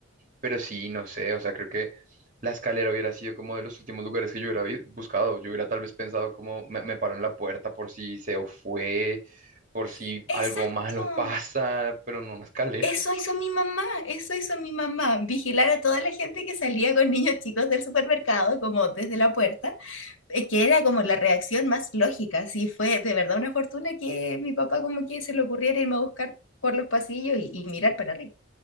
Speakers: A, on the right; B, on the left.
A: pero sí, no sé, o sea, creo que la escalera hubiera sido como de los últimos lugares que yo hubiera vi- buscado. Yo hubiera tal vez pensado como me, me paro en la puerta por si se fue, por si
B: <laughs> Exacto.
A: algo malo <laughs> pasa, pero no una escalera.
B: Eso
A: <laughs>
B: hizo mi mamá, eso hizo mi mamá, vigilar a toda la gente que salía con niños chicos del supermercado, como desde la puerta, eh, que era como la reacción más lógica, sí, fue de verdad una fortuna que mi papá como que se le ocurriera irme a buscar por los pasillos y, y mirar para arriba.